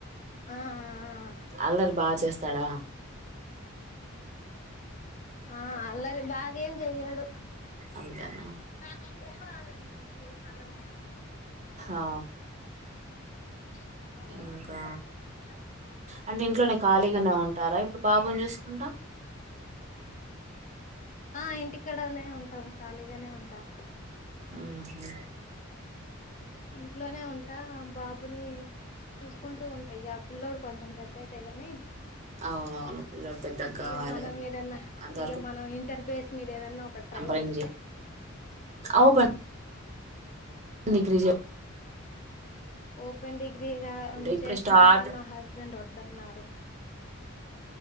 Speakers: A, on the left (about 35°); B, on the right (about 35°).
A: ఆ ఆ
B: అల్లరి బాగా చేస్తాడా
A: ఆ అల్లరి బాగా ఏం చెయ్యడు
B: అంతేనా
A: తాత చెప్పరాదే ఓ సల్లగుండ
B: ఆ
A: చక
B: ఇంకా
A: చె <unintelligible>
B: అంటే ఇంట్లోనే ఖాళీగానే ఉంటారా ఇప్పుడు బాబుని చూసుకుంటా
A: ఆ ఇంటికాడనే ఉంటాము ఖాళీగానే ఉంటా
B: ఆహ <inaudible>
A: ఇంట్లోనే ఉంటా బాబుని చూసుకుంటూ ఉంటా ఆ పిల్ల్లోడు కొంచెం పెద్దయితే గాని
B: అవునవును పిల్లోడు పెద్దగా కావాలి
A: ఇగా మనం ఏదన్నా
B: అంతవరకు
A: ఇగా మనం ఇంటర్ బేస్ లేదన్నా ఒక ట్రై
B: టెంపరింగ్
A: చేస్తే
B: ఓపెన్ డిగ్రీ చే
A: ఓపెన్ డిగ్రీగా
B: అంటే ఇప్పుడే
A: చేస్తా
B: స్టార్ట్
A: అంటే మా హస్బెండ్ వ ద్దన్నారు